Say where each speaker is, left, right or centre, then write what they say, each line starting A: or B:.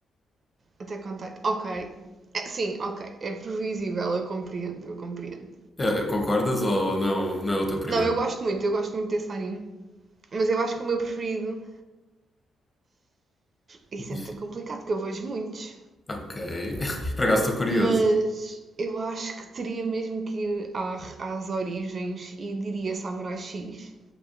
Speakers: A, on the right; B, on the left.
A: Até contato. Ok. É, sim, ok. É previsível, eu compreendo, eu compreendo.
B: Eh, concordas ou não, não é o teu primeiro?
A: Não, eu gosto muito, eu gosto muito desse anime. Mas eu acho que o meu preferido. Isso
B: Difí-
A: é muito complicado, porque eu vejo muitos.
B: Ok. <laughs> Por acaso estou curioso.
A: Mas eu acho que teria mesmo que ir à- às origens e diria Samurai X.